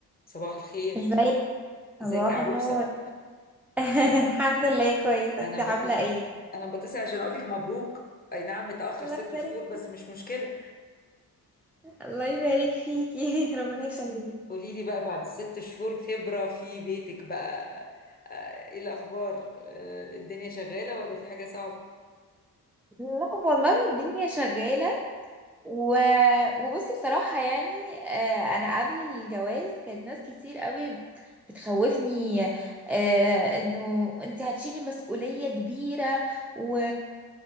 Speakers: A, on the left; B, in the centre.
A: صباح الخير
B: ازيك
A: ازيك
B: صباح
A: يا عروسة
B: النور <laughs> الحمد لله كويس
A: <laughs>
B: انت
A: انا بتصل
B: عامله ايه
A: انا بتصل عشان اقول لك مبروك اي نعم متأخر
B: الله
A: ست
B: يبارك
A: شهور بس
B: فيك
A: مش مشكلة
B: الله يبارك فيكي <laughs> ربنا يخليك
A: قولي لي بقى بعد الست شهور خبرة في بيتك بقى آه، ايه الاخبار آه، الدنيا شغالة ولا في حاجة صعبة
B: لا والله الدنيا شغاله و... وبصي بصراحة يعني آه، أنا قبل الجواز كانت ناس كتير قوي بتخوفني آه، إنه أنت هتشيلي مسؤولية كبيرة و...